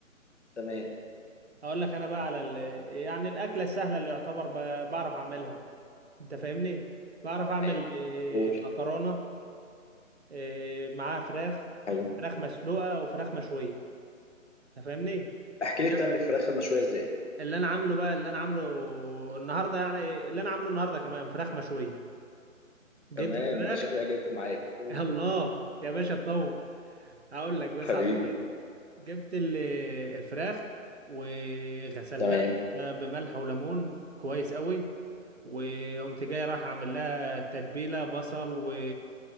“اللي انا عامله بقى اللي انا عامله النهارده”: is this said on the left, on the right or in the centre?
Right